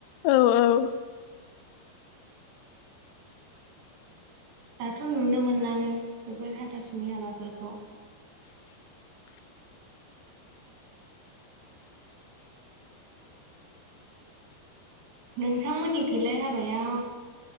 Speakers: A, on the left (about 80°); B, on the right (about 85°).
A: औ औ
B: दाथ' नुनो मोनलानो बेफोर हाथासुनि हाबाफोरखौ।
A: <inaudible>
B: नोंथांमोननि खैलाय हाबाया